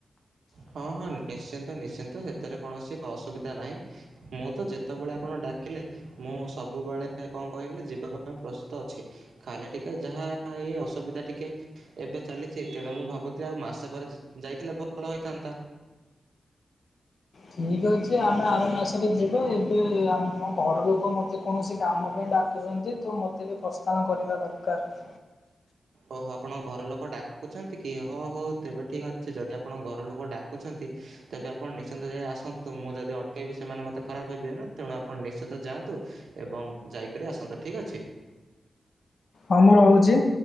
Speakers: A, on the right; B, on the left.
A: ହଁ ହଁ ନିଶ୍ଚିନ୍ତ ନିଶ୍ଚିନ୍ତ ସେଥିରେ କୌଣସି ଅସୁବିଧା ନାହିଁ। ମୁଁ ତ ଯେତବେଳେ ଆପଣ ଡାକିଲେ ମୁଁ ସବୁବେଳେ କଁ କହିଲେ ଯିବା ପାଇଁ ପ୍ରସ୍ତୁତ ଅଛି। ଖାଲି ଟିକେ ଯାହା ଏହି ଅସୁବିଧା ଟିକେ ଏବେ ଚାଲିଛି ତେଣୁ ମୁଁ ଭାବୁଥିଲି ଆଉ ମାସେ ପରେ ଯ୍ ଯାଇଥିଲେ ଭଲ ହେଇଥାନ୍ ତା
B: ଠିକ୍ ଅଛି ଆମେ ଆର ମାସରେ ଯିବା ଏବେ ଆମ ଘର ଲୋକ ମତେ କୌଣସି କାମ ପାଇଁ ଡା କୁଛନ୍ତି ତ ମତେ ବି ପ୍ରସ୍ଥାନ କରିବା ଦରକାର।
A: ଓହୋ ଆପଣଙ୍କ ଘର ଲୋକ ଡାକୁଛନ୍ତି କି ହଉ ହଉ ତେବେ ଠିକ୍ ଅଛି ଯଦି ଆପଣଙ୍କ ଘର ଲୋକ ଡାକୁଛନ୍ତି ତେବେ ଆପଣ ନିଶ୍ଚିନ୍ତ ଯାଇ ଆସନ୍ତୁ ମୁଁ ଯଦି ଅଟକେଇବି ସେମାନେ ମତେ ଖରାପ ଭାବିବେ ନା ତେଣୁ ଆପଣ ନିଶ୍ଚିନ୍ତ ଯାଆନ୍ତୁ। ଏବଂ ଯାଇକରି ଆସନ୍ତୁ ଠିକ୍ ଅଛି।
B: ହଉ ମୁଁ ରହୁଚି।